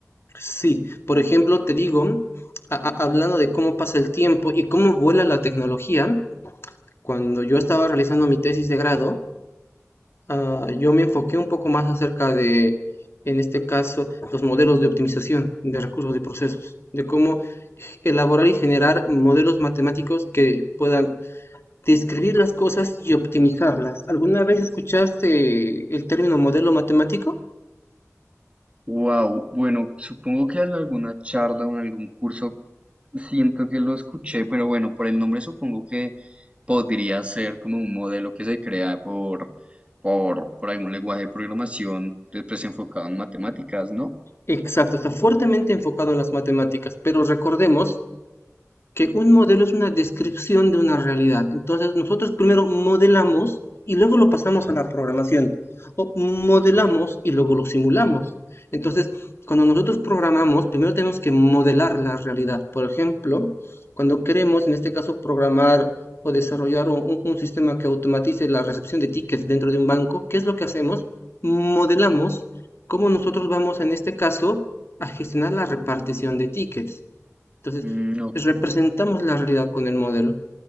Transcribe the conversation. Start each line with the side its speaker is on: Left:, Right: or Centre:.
Left: Sí, por ejemplo, te digo, a- a- hablando de cómo pasa el tiempo y cómo vuela la tecnología, cuando yo estaba realizando mi tesis de grado, ah, yo me enfoqué un poco más acerca de, en este caso, los modelos de optimización de recursos y procesos, de cómo elaborar y generar modelos matemáticos que puedan describir las cosas y optimizarlas. ¿Alguna vez escuchaste el término modelo matemático?
Right: Wow, bueno, supongo que en alguna charla o en algún curso siento que lo escuché, pero bueno, por el nombre supongo que podría ser como un modelo que se crea por, por, por algún lenguaje de programación después enfocado en matemáticas, ¿no?
Left: Exacto, está fuertemente enfocado en las matemáticas, pero recordemos que un modelo es una descripción de una realidad. Entonces, nosotros primero modelamos y luego lo pasamos a la programación. O modelamos y luego lo simulamos. Entonces, cuando nosotros programamos, primero tenemos que modelar la realidad. Por ejemplo, cuando queremos, en este caso, programar o desarrollar un, un sistema que automatice la recepción de tickets dentro de un banco, ¿qué es lo que hacemos? Modelamos cómo nosotros vamos, en este caso, a gestionar la repartición de tickets. Entonces,
Right: Mm, ok,
Left: pues, representamos la realidad con el modelo,